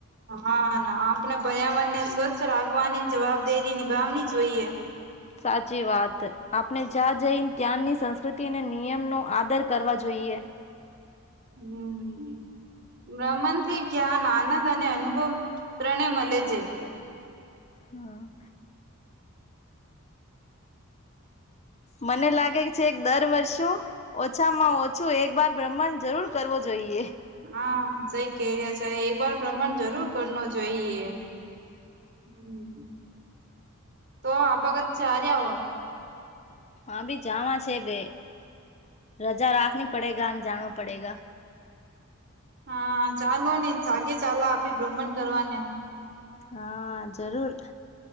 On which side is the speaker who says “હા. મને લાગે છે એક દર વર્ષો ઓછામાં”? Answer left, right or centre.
Left